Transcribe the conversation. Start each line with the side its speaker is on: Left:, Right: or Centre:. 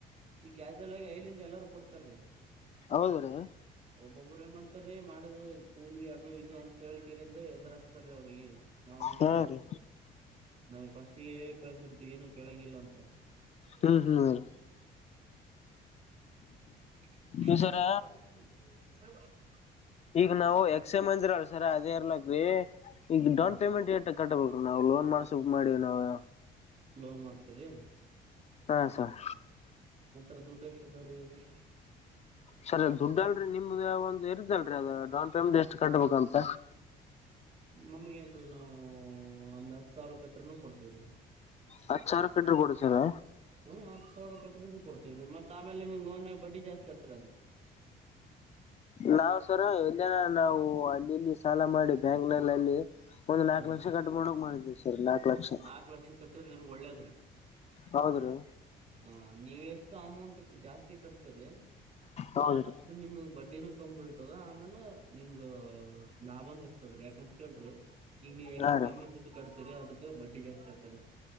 Right: ಈ ಕ್ಯಾಾಜಲ್ ಆಗಿ ಐಲ್ಲಿಂದ ಎಲ್ಲರೂ ಕೊಡ್ತಾರೀ
Left: ಹೌದ ರೀ
Right: ಒಬ್ಬೊಬ್ರು ಏನ್ ಮಾಡ್ತಾರೀ ಮಾಡುದು ಇ ಇದು ಅಂತ ಹೇಳ್ಕರಿಿಂದ ಎದುರಸ್ತಾರೀ ಅವ್ರಿಗೆ ನಾವ್ ಹಂಗಿಲ್ರಿ
Left: ಹಾ ರೀ
Right: ನಾವ್ ಫಸ್ಟ್ಿಗೆ ಕೆಳಸ ಇರ್ತದು ಏನು ಕೇಳೋಂಗಿಲ್ಲ ಅಂತ
Left: ಹ್ಮ್ ಹ್ಮ್
Right: ಅ
Left: ಈ ಸರ ಈಗ ನಾವು ಎಕ್ಸ್ ಎಂ ಮಂದಿರ ಸರ್ ಅೇರ್ಲಾಕೀ ಈಗ
Right: ಹ್ಮ
Left: ಡೌನ್ ಪೇಮೆಂಟ್ ಏ ಕಟ್ಟಬೇಕೀ ನಾವು ಲೋನ್ ಮಾಡ್ಸ ಮಾಡಿ ನಾವ
Right: ಲೋನ್ ಮಾಡ್ತರಿ
Left: ಹಾ ಸರ್
Right: ರ ದುಡ್ಡು ಎಷ್ಟ ಅದಾವ್ರಿ ಇವಾಗ
Left: ಸರಿ ದುಡ್ಡ ಅಲ್ರರಿ ನಿಮ್ದ ಒಂದು ಇರದಲ್ರಿ ಅದ ಡೌನ್ ಪೇಮೆಂಟ್ ಎಷ್ಟು ಕಟ್ಬೇಕಂತ
Right: ನಮ್ಗೆ ನ್ೀ ನಾವು ಒಂದ್ ಹತ್ತು ಸಾವಿರ ಕಟ್ಟ್ರನ ಕೊಡ್ತೀವ್ರ
Left: ಹತ ಸಾವ್ರ ಕಡರು ಕೊಡ್ತೀರ ಸಿರ್
Right: ಹ್ಮ್ ಹತ್ತು ಸಾವಿರ ಕಟ್ಟ ರೂಪಿ ಕೊಡ್ತತಿವರಿ ಮತ್ತತ್ ಆಮೇಲೆ ನಿಮ್ ಲೋನ್ ಬಡ್ಡಿ ಜಾಸ್ತಿ ಆತರ ಅದು
Left: ನಾವವು್ ಸರ ಎಲ್ಲಿನ ನಾವು ಅಲ್ಲಿಲ್ಲಿ ಸಾಲ ಮಾಡಿ ಬ್ಯಾಂಕ ಅಲ್ಲಿ ಒಂದ್ ನಾಲ್ಕ್
Right: ಹ್ಮ್
Left: ಲಕ್ಷ ಕಟ್ ಮಾಡಕ್ ಮಾಡಿದ್ವಿ ಸರ್ ನಾಲ್ಕ್ ಲಕ್ಷ
Right: ನಾಕ್ ಲಕ್ಷ ಲಕ್ಷ ಕಟುರ್ ನಿಮ್ಗ ಒಳ್ಳೇದ್ರಿ
Left: ಹೌದ್ರಿ
Right: ಹ ನೀವ ಎಸ್ ಟ ಅಮೌಂಟ್ ಜಾಸ್ತಿ ಕಟೇತಿರಿ
Left: ಹೌದ್ರಿ
Right: ಅಷ್ಟ ನಿಮ ಬಡ್ ಕಮ ಬೀಳ್ತದ ಆಮೇಾಲ ನಿಮ್ಗ ಲಾಭನ ಇರ್ತದ್ರಿ ಯಾಕಂತ ಕೇಳ್ರಿ ಈಗ ನೀವ ಎಷ್ಟು
Left: ಹಾ
Right: ಕಮ್ಮಿ
Left: ರೀ
Right: ದುಡ್ಡು ಕಟ್ತೀರಿ ಅದಕ್ ಬಡ್ಡಿ ಜಾಸ್ತಿ ಆಗ್ತಾರೆ